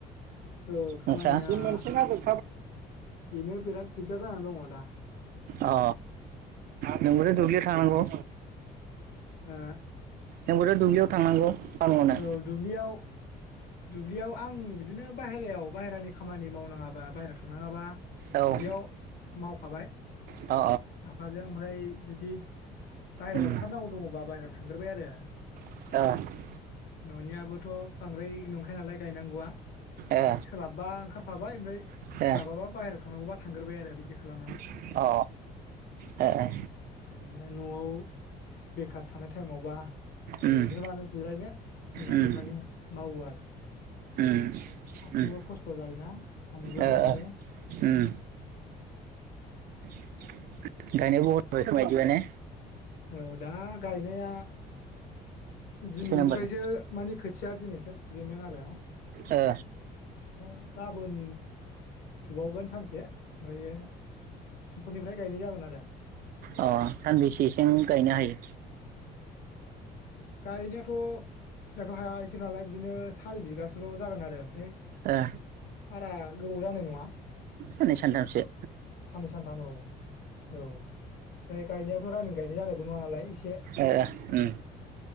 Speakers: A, on the left (about 65°); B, on the right (about 60°).
A: औ खामानिया
B: नोंस्रा
A: अ बेनो बिराद दिगदार जानानै दङ' दा।
B: अ नोंबोथ' दुब्लियाव थांनांगौ
A: ओ
B: नोंबोथ' दुब्लियाव थांनांगौ फानहरनो
A: ओं दुब्लियाव दुब्लियाव आं बिदिनो बाहेरायाव बायहेरानि खामानि मावनाङाबा बाहेरायाव थांनाङाबा
B: औ
A: दुब्लियाव मावफाबाय
B: अ
A: आफाजों ओमफ्राय जुदि बायहेरायाव
B: उम
A: ओंखारनांगौ दङ'बा बायेराव थांग्रोबाय आरो
B: ओ ए
A: न'नियाबोथ‌बांद्राय नंखाया नालाय गायनांगौआ
B: ए
A: सोलाबबा ओंखारफाबाय ओमफ्राय
B: अ
A: सोलाबाबा बाहेर थांनांगौबा थांग्रोबाय आरो बिदि खालामो
B: अ अ अ
A: ओरैनो नआव बेखार थानाय टाइमावबा
B: उम
A: ओरैनो मानो जिरायनो होननानै
B: उम
A: माने मावो आरो
B: उम
A: हारसिंबो
B: उम
A: खस्थ' जायोना सान्दुं गोसायाव
B: ओ
A: आरो
B: ओ उम गायनाय बहुद जाबाय खोमा इदिबा ने
A: औ दा गायनाया दिनैनिफ्रायसो
B: थिन नाम्बारनि
A: मानि खोथिया दिनैसो फुजेनदों आरो
B: ओ
A: <unintelligible> गाबोन फुबावगोन सानसे ओमफ्रायो समफोरनिफ्राय गायनाय जागोन आरो
B: ओ अ सानबैसेसिम गायनो हायो
A: गायना याथ' जोंनाथ हाया एसेल नालाय बिदिनो सारि बिगासोल' जागोन आरो ओमफ्राय
B: ए
A: बारा गोबाव जानाय नंङा
B: हनै सानथामसे
A: साननै सानथाम औ औ ओमफ्राय गायनायावथ' रानिं गायनाय जानायबो नंङा नालाय एसे
B: ए उम